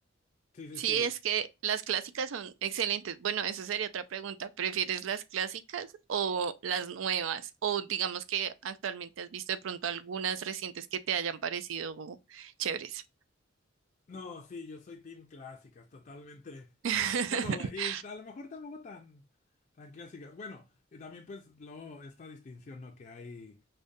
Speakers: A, on the left; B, on the right.
A: sí, sí,
B: Sí,
A: sí,
B: es que las clásicas son excelentes. Bueno, eso sería otra pregunta. ¿Prefieres las clásicas o las nuevas? O digamos que actualmente has visto de pronto algunas recientes que te hayan parecido chéveres.
A: no, sí, yo soy team clásicas, totalmente.
B: <laughs>
A: Bueno, y a lo mejor tampoco tan, tan clásicas. Bueno, y también pues luego esta distinción, ¿no? Que hay